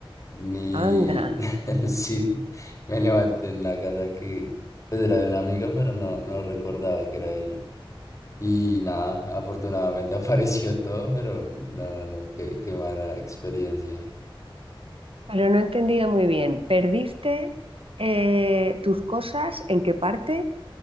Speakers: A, on the left; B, on the right.
A: ni...
B: Anda,
A: <laughs> Sí, me levanté en la casa que pues era de una amiga, pero no, no recordaba que era ella. Y nada, afortunadamente <laughs> apareció todo, pero no, no, no, qué, qué mala experiencia.
B: pero no he entendido muy bien. ¿Perdiste eh, tus cosas en qué parte?